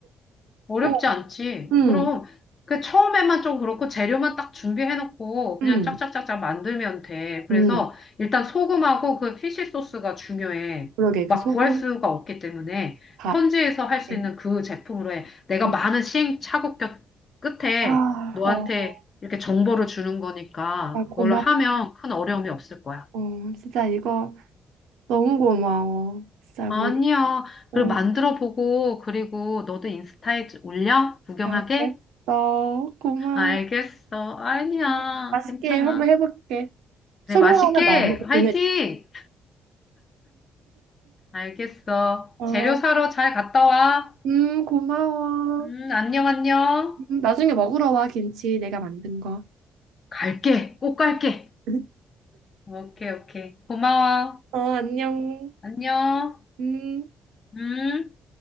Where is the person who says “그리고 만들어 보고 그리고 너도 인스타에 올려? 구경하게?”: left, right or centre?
Left